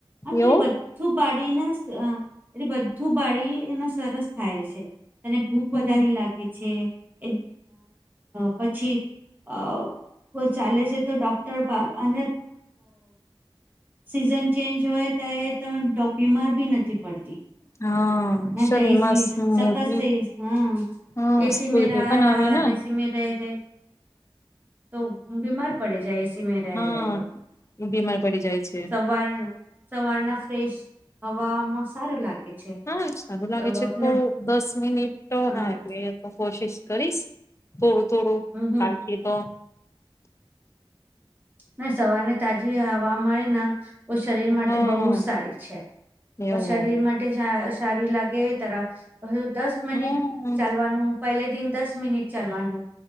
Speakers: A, on the right; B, on the left.
A: અત્યારે.
B: એવું
A: ું બાડીને એટલે બધું બાડી એના સરસ થાય છે. તને ભૂખ
B: હમ
A: વધારી લાગે છે એક પછી. અ કો ચાલે છે તો ડોક્ટર અને. સિઝન ચેન્જ હોય તો એ ત ડોપ્યીમાર બી નથી પડતી.
B: હા.
A: ના
B: શરીરમાં
A: તો એસી
B: સ્મૂર્તિ
A: શખત હા.
B: હા
A: એસી
B: સ્ફૂર્તિ
A: મે રહ
B: પણ
A: ર
B: આવે ને
A: એસી મે રહે રહે. તો બીમાાર પડે જાય એસી મે. ર
B: હા
A: રહેલો
B: બીમાર પડી જાય છે
A: સવારણ. સવારના ફ્રેશ હવામાં સારું લાગે છે.
B: હા સારું લાગે
A: તો
B: છે
A: આપને
B: થોડું
A: અ
B: દસ મિનિટ
A: હમ
B: હા એટલે તો કોશિશ કરીશ. થોડું થોડું
A: હમ
B: કારણખ તો.
A: ને સવાર ને તાજી હવા મળે ને તો શરીર માટે
B: હા
A: બહુ જ સારી છે.
B: એવું
A: શરીર માટે સારી લાગે તરા દસ મિનિટ
B: હમ
A: ચાલવાનું. પહેલે દિન દસ મિનિટ ચાલવાનું